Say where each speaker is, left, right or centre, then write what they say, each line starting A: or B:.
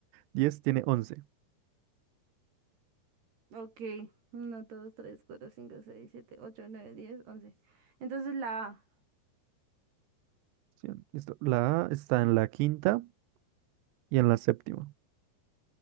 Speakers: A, on the right; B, on the right.
A: diez tiene once
B: Ok. uno, dos, tres, cuatro, cinco, seis, siete, ocho, nueve, diez, once. Entonces la A
A: Cien. Listo. La A está en la quinta y en la séptima.